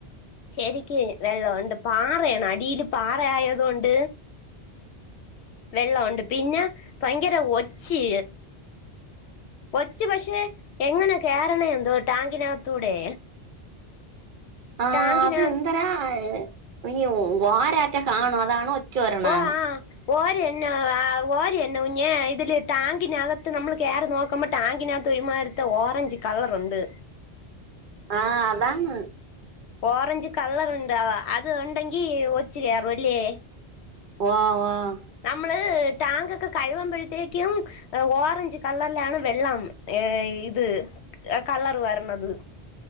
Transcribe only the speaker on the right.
ആ
അത് എന്തരാ ഇ വാരറ്റ കാണും അതാണ് ഒച്ചോ പറണയ്
ആഹ് അതാണ്
ഓഹ് ഓഹ്